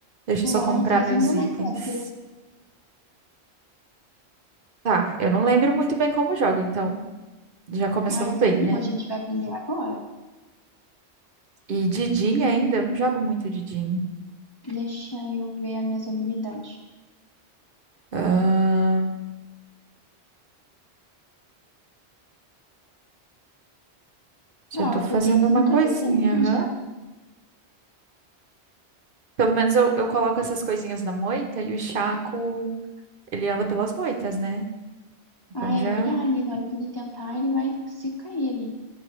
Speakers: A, on the right (about 55°); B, on the left (about 25°).
A: Deixa
B: O
A: eu só
B: LOL
A: comprar
B: não faz
A: meus
B: um boneco
A: itens.
B: hétero.
A: Tá, eu não lembro muito bem como joga, então já começamos
B: Ah, eu
A: bem,
B: também
A: né?
B: não. A gente vai aprender agora.
A: E Didin ainda, eu não jogo muito Didin.
B: Deixa eu ver as minhas habilidades.
A: Ahn,
B: Ó,
A: já tô
B: acertei
A: fazendo
B: tudo
A: uma coisinha,
B: que eu tentei aqui
A: aham.
B: já.
A: Pelo menos eu, eu coloco essas coisinhas na moita e o Chaco, ele anda pelas moitas, né? Então
B: Ah, é
A: já,
B: verdade. Na hora que ele tentar, ele vai se cair ali.